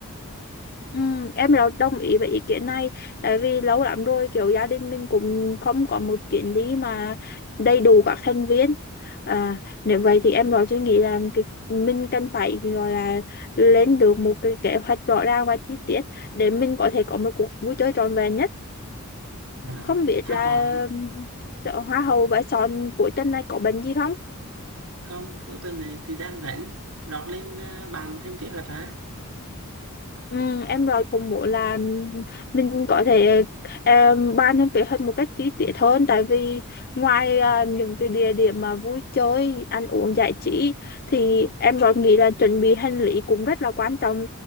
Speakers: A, on the left; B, on the right.
A: ừ, em rồi
B: Ừ.
A: đồng ý với ý kiến này tại vì lâu lắm rồi kiểu gia đình mình cũng không có một chuyến đi mà đầy đủ các thành viên à, nếu vậy thì em rồi suy nghĩ là cái mình cần phải gọi là lên được một cái kế hoạch rõ ràng và chi tiết để mình có thể có một cuộc vui chơi trọn vẹn nhất
B: à,
A: không biết
B: à
A: là
B: còn
A: um, chợ hoa hậu Bãi Son cuối tuần này có bệnh gì không
B: không cuối tuần này thì đang rảnh lót lên ờ, bàn thêm kế hoạch hả
A: Ừ, em rồi cũng muốn là mình có thể um, bàn thêm kế hoạch một cách chi tiết hơn tại vì ngoài à, những cái địa điểm mà vui chơi ăn uống giải trí thì em rồi nghĩ là chuẩn bị hành lý cũng rất là quan trọng